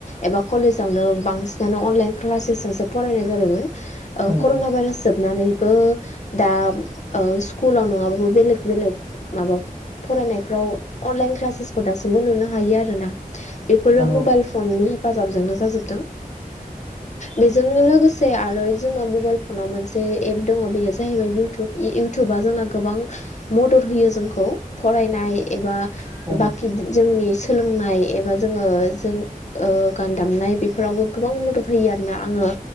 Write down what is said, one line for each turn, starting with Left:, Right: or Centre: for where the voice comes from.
Left: एबा कलेजावनो बांसिनानो अनलाइन क्लासेसजोंसो फरायनाय जाबायमोन। ओ
Right: नोंथां
Left: कर'ना भाइरास जोबनानैबो दा स्कुलाव नङाबाबो बेलेग बेलेग माबा फरायनायफ्राव अनलाइन क्लासेसखौ दासिमबो नुनो हायो आरोना। फोरो मबाइल
Right: औ नोंथां औ नोंथां औ नोंथां औ नोंथां औ नोंथां औ नोंथां औ नोंथां औ नोंथां औ नोंथां औ नोंथां औ नोंथां औ नोंथां औ नोंथां औ नोंथां
Left: फननि हेफाजाबजोंनो जाजोबदों। बेजों लोगोसे आरो जोंनाव मबाइल फनाव मोनसे एप दङ' बेनो जाहैबाय इउटुब। इउटुबा जोंना गोबां मदद होयो जोंखौ फरायनाय एबा
Right: औ
Left: बाखि जोंनि सोलोंनाय एबा जोंङो जों ओ गान दामनाय बेफोरावबो गोबां मदद होयो आरोना आङो